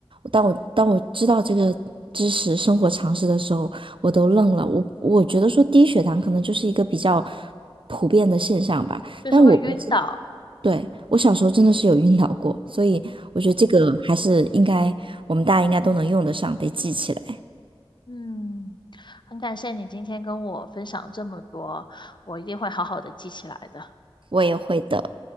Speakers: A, on the right (about 60°); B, on the left (about 50°).
A: 当我当我知道这个知识、生活常识的时候，我都愣了。我我觉得说低血糖可能就是一个比较普遍的现象吧，
B: 就是会晕倒。
A: 但我我知对，我小时候真的是有晕倒过，所以我觉得这个还是应该我们大家应该都能用得上，得记起来。
B: 嗯，很感谢你今天跟我分享这么多，我一定会好好的记起来的。
A: 我也会的。